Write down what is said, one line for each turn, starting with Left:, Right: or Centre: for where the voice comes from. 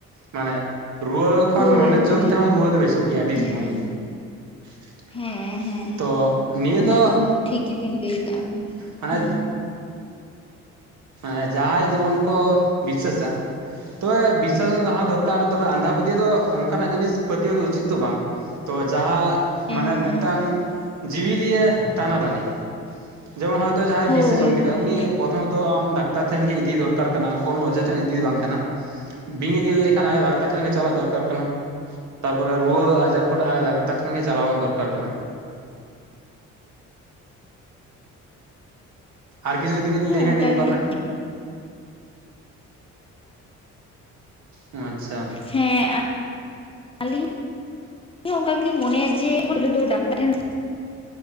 Right: ᱢᱟᱱᱮ ᱨᱩᱣᱟᱹ ᱠᱷᱚᱱ
Left: ᱦᱳᱭ
Right: ᱢᱚᱱᱮ
Left: ᱦᱳᱭ
Right: ᱡᱳᱨ ᱛᱮᱦᱚᱸ ᱨᱩᱣᱟᱹ ᱫᱚ ᱵᱮᱥᱚᱜ ᱜᱮᱭᱟ ᱟᱹᱰᱤ
Left: ᱦᱮᱸ
Right: ᱥᱚᱢᱚᱭ ᱾
Left: ᱦᱮᱸ ᱦᱮᱸ
Right: ᱛᱚ ᱱᱤᱭᱟᱹ
Left: ᱚᱱᱟ
Right: ᱫᱚ
Left: ᱴᱷᱤᱠ ᱜᱮᱵᱤᱱ ᱞᱟᱹᱭ ᱠᱟᱜᱼᱟ ᱦᱩᱸ
Right: ᱢᱟᱱᱮ᱾
Left: ᱦᱮᱸ
Right: ᱦᱮᱸ ᱡᱟᱦᱟᱸᱭ ᱡᱮᱢᱚᱱ ᱠᱚ ᱵᱤᱥᱟᱹᱥᱟ᱾ ᱛᱚᱵᱮ ᱵᱤᱥᱥᱟᱥ ᱦᱚ ᱛᱟᱦᱮ ᱫᱚᱨᱠᱟᱨ ᱛᱚᱵᱮ ᱟᱸᱫᱷᱟ ᱯᱟᱹᱛᱭᱟᱹᱣ ᱚᱱᱠᱟᱱᱟᱜ ᱡᱤᱱᱤᱥ ᱯᱟᱹᱛᱭᱟᱹᱣ ᱫᱚ ᱩᱪᱤᱛ ᱫᱚ ᱵᱟᱝ᱾ ᱛᱚ ᱡᱟᱦᱟᱸ ᱢᱟᱱᱮ
Left: ᱦᱮᱸ
Right: ᱢᱤᱫᱴᱟᱝ ᱡᱤᱣᱤᱞᱤᱭᱟᱹ ᱴᱟᱱᱟᱴᱟᱱᱤ᱾ ᱡᱮᱢᱚᱱ ᱦᱚᱭᱛᱳ ᱡᱟᱦᱟᱸᱭ
Left: ᱦᱳᱭ
Right: ᱵᱤᱥᱮ ᱡᱚᱢ ᱠᱮᱫᱟ
Left: ᱦᱳᱭ
Right: ᱩᱱᱤ ᱵᱚᱛᱚᱨ᱾ ᱯᱨᱚᱛᱷᱚᱢᱚ ᱛᱚ ᱟᱢ ᱰᱟᱠᱛᱟᱨ ᱴᱷᱮᱱ ᱜᱮ ᱤᱫᱤ ᱫᱚᱨᱠᱟᱨ ᱠᱟᱱᱟ ᱠᱳᱱ ᱚᱡᱷᱟ ᱴᱷᱮᱱ ᱤᱫᱤ ᱵᱟᱝ ᱠᱟᱱᱟ᱾ ᱵᱤᱧ ᱮ ᱜᱤᱨ ᱞᱮᱠᱷᱟᱱ ᱟᱱᱮ ᱰᱟᱠᱛᱟᱨ ᱴᱷᱮᱱ ᱜᱮ ᱪᱟᱞᱟᱜ ᱫᱚᱨᱠᱟᱨ ᱠᱟᱱᱟ᱾ ᱛᱟᱨᱯᱚᱨᱮ ᱨᱩᱣᱟᱹ ᱟᱡᱟᱨ ᱠᱚ ᱰᱟᱠᱛᱟᱨ ᱴᱷᱮᱱ ᱜᱮ ᱪᱟᱞᱟᱣ ᱦᱚᱸ ᱫᱚᱨᱠᱟᱨ ᱠᱟᱱᱟ᱾ ᱟᱨ ᱠᱤᱪᱷᱩ ᱡᱩᱫᱤ ᱵᱮᱱ ᱞᱟᱹᱭ
Left: ᱚᱱᱠᱟ
Right: ᱠᱷᱟᱱ ᱱᱤᱭᱟᱹ ᱵᱮᱯᱟᱨᱮ
Left: ᱜᱮᱞᱤᱧ
Right: ᱾ ᱚ ᱟᱪᱷᱟ᱾
Left: ᱦᱮᱸ᱾ ᱞᱤᱧ ᱦᱚᱸ ᱚᱱᱠᱟ ᱜᱮᱞᱤᱧ ᱢᱚᱱᱮᱭᱟ ᱡᱮ ᱯᱳᱞᱳ ᱫᱚ ᱰᱟᱠᱛᱟᱨ ᱴᱷᱮᱱ ᱾